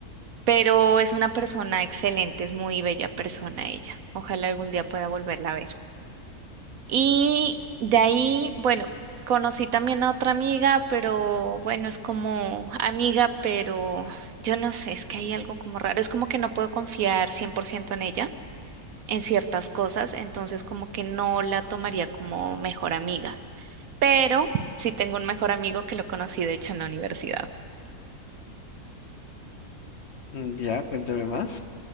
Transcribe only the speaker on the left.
Mm, Ya, cuéntame más.